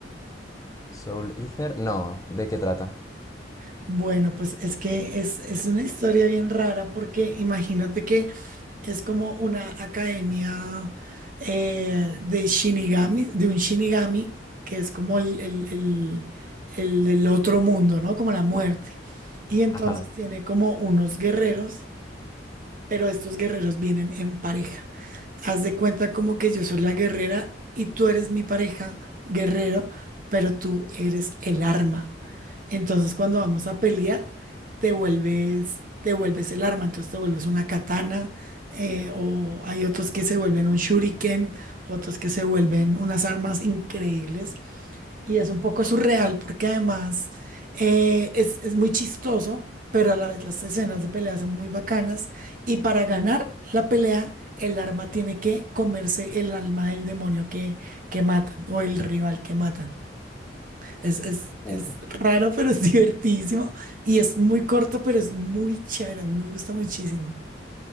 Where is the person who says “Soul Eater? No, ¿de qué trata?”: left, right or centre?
Left